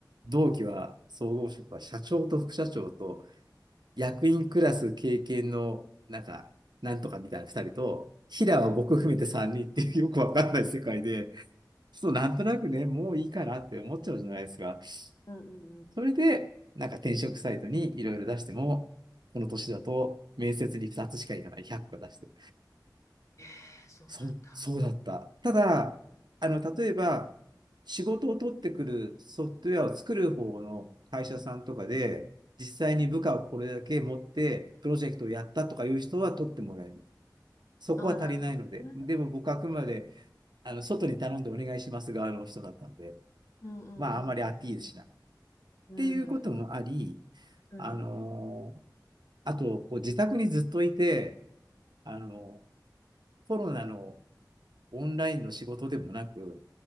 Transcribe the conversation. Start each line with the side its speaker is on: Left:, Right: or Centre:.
Right: 同期は、総合職は社長と副社長と、役員クラス経験の、なんか、なんとかみたいな2人と、平は僕含めて3人っていうよくわかんない世界で、
Left: うん
Right: ちょっとなんとなくね、もういいかなって思っちゃうじゃないですか。
Left: うん
Right: それで、なんか転職サイトにいろいろ出しても、この年だと面接に2つしかいかない、
Left: うん
Right: 100個出して。
Left: ええ、そうなんだ。
Right: そう、そうだった。ただ、あの、例えば、仕事を取ってくるソフトウェアを作る方の会社さんとかで、実際に部下をこれだけ持って、プロジェクトをやったとかいう人は取ってもらえる。そこは足りないので。
Left: ああ、なるほどね。
Right: でも僕はあくまで、あの、外に頼んでお願いします側の人だったので、
Left: うんう
Right: まあ、あんまりアピールしない。
Left: んうん
Right: っ
Left: う
Right: ていうこともあり、
Left: ん。うんうん。
Right: あのーあと、こう自宅にずっといて、あの、コロナのオンラインの仕事でもなく、